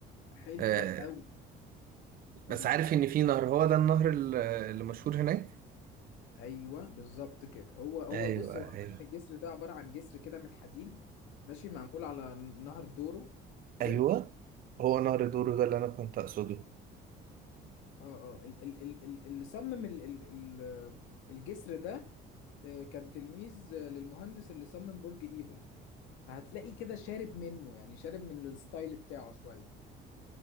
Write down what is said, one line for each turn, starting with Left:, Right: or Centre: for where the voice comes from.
Left: حلو
Right: آه،
Left: قوي قولي.
Right: بس عارف ان في نهر هو ده النهر ال- اللي مشهور هناك
Left: ايوه بالظبط كده هو هو
Right: ايوه
Left: بص هو
Right: ايوه
Left: عامة الجسر ده عباره عن جسر كده من الحديد ماشي معمول على نهر دورو
Right: ايوه
Left: اوكي
Right: هو نهر دورو ده اللي انا كنت اقصده
Left: اه اه ال- ال- ال- ال- اللي صمم ال- ال- ال- الجسر ده آه، كان تلميذ آه، للمهندس اللي صمم برج ايفل فهتلاقي كده شارب منه يعني شارب من الستايل بتاعه شويه